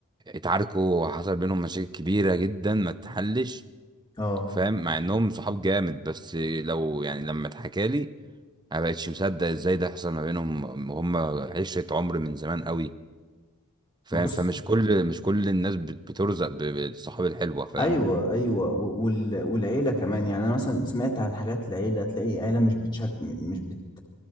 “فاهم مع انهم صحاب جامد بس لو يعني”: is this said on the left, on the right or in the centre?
Right